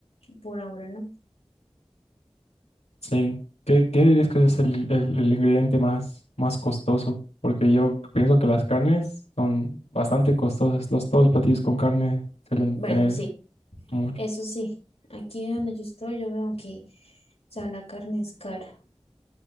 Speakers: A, on the left; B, on the left.
A: por ahora no.
B: Sí. ¿Qué, qué dirías que es el, el- el ingrediente más, más costoso? Porque yo pienso que las carnes son bastante costosas. Los, todos los platillos con carne suelen
A: Bueno,
B: tener
A: sí.
B: mucho.
A: Eso sí, aquí donde yo estoy, yo veo que, o sea, la carne es cara.